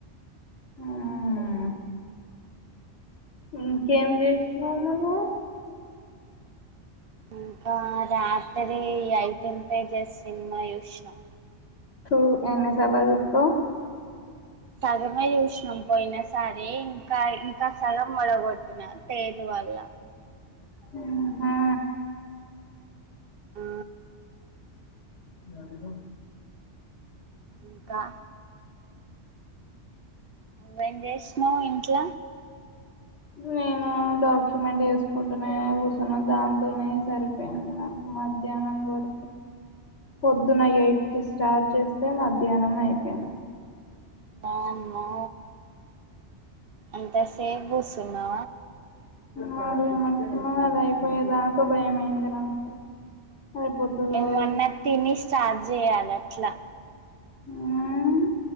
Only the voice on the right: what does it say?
ఇంకా రాత్రి ఐటీన్ పేజెస్ సినిమా చూసినం
సగమే చూసినం పోయినా సారి ఇంకా ఇంకా సగం మొడగొట్టిన తేజ్ వల్ల
ఆ
ఇంకా అవ్వ ఏంచేస్తున్నవ్ ఇంట్ల
ఆ మా అంత సేపూ కుసున్నా
ఏమన్న
తినిస్ స్టార్ట్ జెయ్యీలి అట్లా